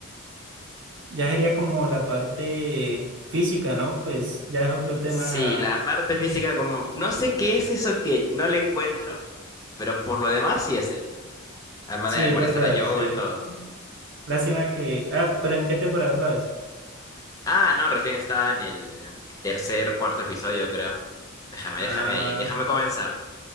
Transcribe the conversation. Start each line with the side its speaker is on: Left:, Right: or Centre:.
Right: Ya sería como la parte física, ¿no? Pues ya es otro tema.
Left: Sí, la parte física como, no sé qué es eso que no le encuentro, pero por lo demás sí es él. La manera
Right: Sí,
Left: de
Right: es
Left: molestar
Right: verdad,
Left: a Joel,
Right: sí.
Left: todo.
Right: Lástima que... Ah, pero ¿en qué temporada vas?
Left: Ah, no, recién estaba en el tercer, cuarto episodio, creo. Déjame,
Right: Ah,
Left: déjame ahí, déjame comenzarlo.